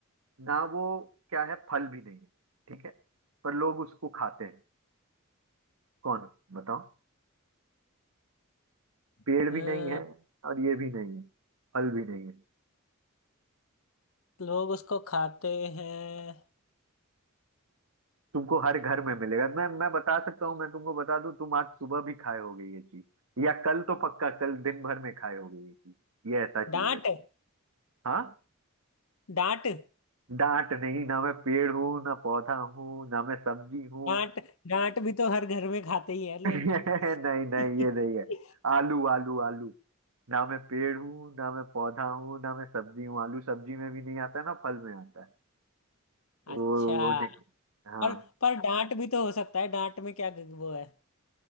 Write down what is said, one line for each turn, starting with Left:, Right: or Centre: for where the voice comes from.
Right: ना वो क्या है फल भी नहीं है ठीक है पर लोग उसको खाते हैं कौन बताओ पेड़
Left: हाँ,
Right: भी नहीं है और ये भी नहीं है फल भी नहीं है
Left: लोग उसको खाते हैं
Right: तुमको हर घर में मिलेगा मैं मैं बता सकता हूँ मैं तुमको बता दूं तुम आज सुबह भी खाए होगे ये चीज या कल तो पक्का कल दिन भर में खाए होगे ये चीज ये ऐसा चीज
Left: डांट
Right: है हाँ
Left: डांट
Right: डांट नहीं ना मैं पेड़ हूँ ना पौधा हूँ ना मैं सब्जी हूँ
Left: डांट डांट भी तो हर घर में खाते ही है लोग
Right: <laughs> नहीं नहीं
Left: <laughs>
Right: ये नहीं है आलू आलू आलू ना मैं पेड़ हूँ ना मैं पौधा हूँ ना मैं सब्जी हूँ आलू सब्जी में भी नहीं आता है ना फल में आता है तो
Left: अच्छा
Right: वो नहीं हाँ
Left: पर पर डांट भी तो हो सकता है डांट में क्या वो है